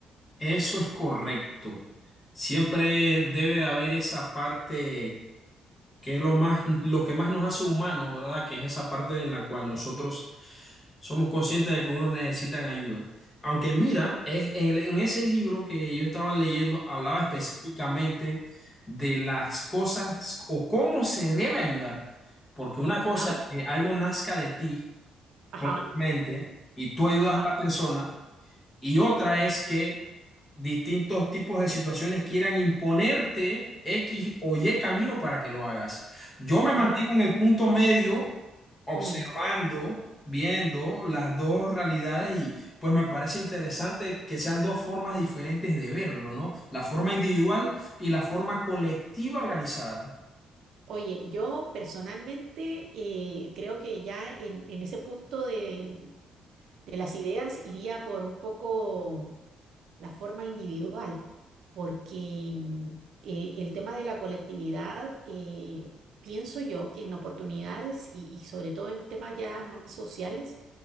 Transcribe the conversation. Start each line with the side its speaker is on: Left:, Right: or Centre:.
Left: Eso es correcto. Siempre debe de haber esa parte que es lo más, lo que más nos hace humanos, ¿verdad? Que es esa parte en la cual nosotros somos conscientes de que unos necesitan ayuda. Aunque mira, es, en, el- en ese libro que yo estaba leyendo hablaba específicamente de las cosas o cómo se debe ayudar. Porque una cosa
Right: Ah,
Left: es que algo nazca de ti,
Right: ajá,
Left: mente, y tú ayudas
Right: ajá,
Left: a la persona, y otra es que distintos tipos de situaciones quieran imponerte X o Y camino para que lo hagas. Yo me mantengo
Right: ah,
Left: en el punto medio, observando,
Right: mm.
Left: viendo las dos realidades y pues me parece interesante que sean dos formas diferentes de verlo, ¿no? La forma individual y la forma colectiva organizada.
Right: Oye, yo personalmente eh, creo que ya en, en ese punto de, de las ideas iría por un poco la forma individual, porque mm, eh, el tema de la colectividad, eh, pienso yo que en oportunidades y, y sobre todo en temas ya más sociales,